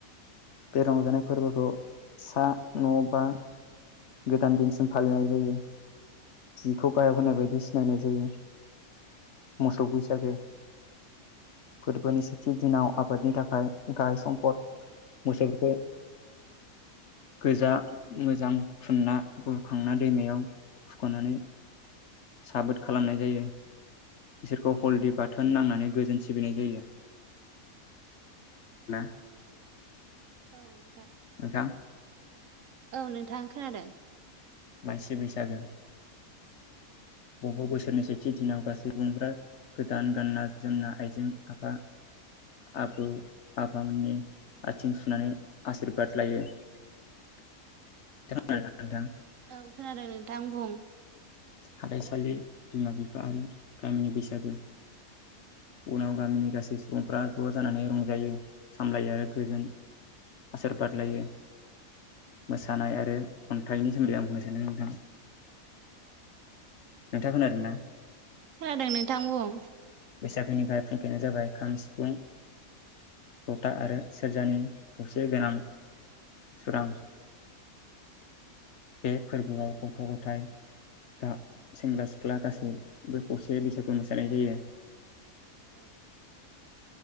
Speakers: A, on the left; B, on the right.
A: बे रंजानाय फोरबोखौ सा न' बा गोदान दिनसिम फालिनाय जायो। जिखौ गायक होनाय बायदि सिनायनाय जायो। मोसौ बैसागो फोरबोनि थि दिनाव आबादनि थाखाय गाहाय सम्फद मोसौफोरखौ गोजा मोजां थुनना बुरखांना दैमायाव फुख'नानै साबोद खालामनाय जायो। बिसोरखौ हलदि बाथोन नांनानै गोजोन सिबिनाय जायो <unintelligible>
B: औ नोंथां।
A: नोंथां
B: औ नोंथां खोनादों।
A: मानसि बैसागो। बबेबा बोसोरनि सेथि दिनाव गासै सुबुंफ्रा गोदान गानना जोमना आइजें आफा आबौ आबामोननि आथिं सुनानै आशिरबाद लायो। <unintelligible>
B: औ खोनादों नोंथां आं बुं।
A: हाथाइसालि बिमा बिफा आरो गामिनि बैसागो। उनाव गामिनि गासै सुबुंफ्रा ज' जानानै रंजायो सामलायो आरो गोजोन आसोर बादलायो। मोसानाय आरो खन्थाइनि सोमोन्दै आं बुंनो सानदों नोंथां। नोंथां खोनादोंना?
B: खोनादों नोंथां बुं।
A: बैसागोनि गाहाय फुंखायानो जाबाय खाम सिफुं। जथा आरो सेरजानि फसे गोनां सोरां बे फोरबोआव गथ' गथाय दा सेंग्रा सिख्ला गासैबो फसे बैसागु मोसानाय जायो ।
B: औ